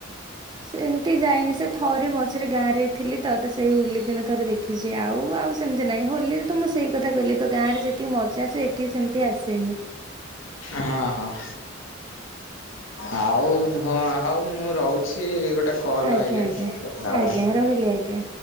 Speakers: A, on the right; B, on the left.
A: ସେମିତି ଯାଇନି ସେ ଥରେ ମଝିରେ ଗାଁରେ ଥିଲି ତ ସେଇ ହୋଲି ଖେଳ ଥରେ ଦେଖିଚି। ଆଉ ଆଉ ସେମିତି ନାଇଁ ହୋ ହୋଲି ରେ ତ ମୁଁ ସେଇ କଥା କହିଲି ତ ଗାଁରେ ଯେ ଯୋଉ ମଜା ଏଠି ସେମିତି ଆସେନି।
B: ହଁ ହଁ ଆଉ ହଁ ହଉ ମୁଁ ରହୁଚି। ଗୋଟ ଗୋଟେ କଲ
A: ଆଜ୍ଞା
B: ଆଇଲଣି
A: ଆଜ୍ଞା
B: କଥା ହେବା।
A: ଆଜ୍ଞା ରହିଲି ଆଜ୍ଞା।